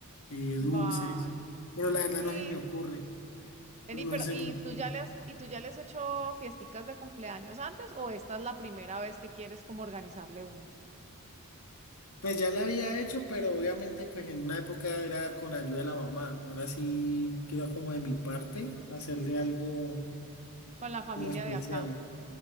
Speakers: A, on the left; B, on the right.
A: eh, dulces.
B: Vale.
A: Pero la verdad
B: Sí.
A: no se me ocurre.
B: Vení,
A: No, no
B: pero
A: se
B: ¿y
A: me ocurre.
B: tú ya le has, y tú ya le has hecho fiesticas de cumpleaños antes o esta es la primera vez que quieres como organizarle una
A: Pues ya la había hecho, pero obviamente pues en una época era con ayuda de la mamá. Ahora sí quiero como de mi parte hacerle algo
B: con la familia
A: como especial.
B: de acá?